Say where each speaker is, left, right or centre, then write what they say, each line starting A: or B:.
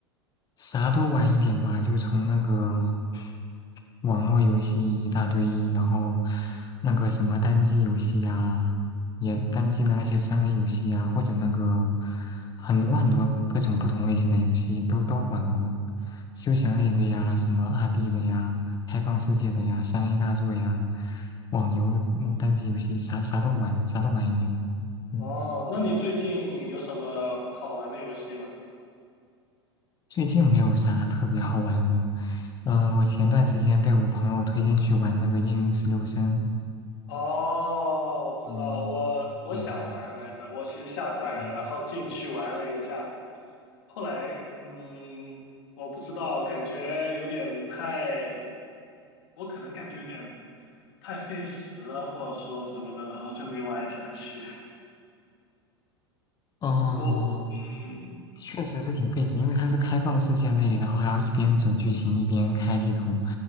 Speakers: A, on the left; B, on the left.
A: 啥都玩一点吧，就从那个网络游戏一大堆，然后那个什么单机游戏呀、也单机的那些三 A 游戏呀、或者那个很多很多各种不同类型的游戏都都玩过，休闲类的呀，什么二 D 的呀，开放世界的呀，三 A 大作呀，网游，嗯，单机游戏啥啥都玩，啥都玩一点，嗯。
B: 哦，那你最近有什么好玩的游戏吗？
A: 最近没有啥特别好玩的，嗯、我前段时间被我朋友推荐去玩那个《英云十六声》，
B: 哦，我知道，
A: 嗯
B: 我我想玩来着，
A: 对，
B: 我其实下载了，
A: 嗯
B: 然后进去玩了一下，后来，嗯，我不知道，感觉有点太，我可能感觉有点太费时了，或者说什么的，然后就没玩下去。
A: 哦，
B: 嗯我，嗯，
A: 确实是挺费时，因为它是开放世界类，然后还要一边走剧情一边开地图，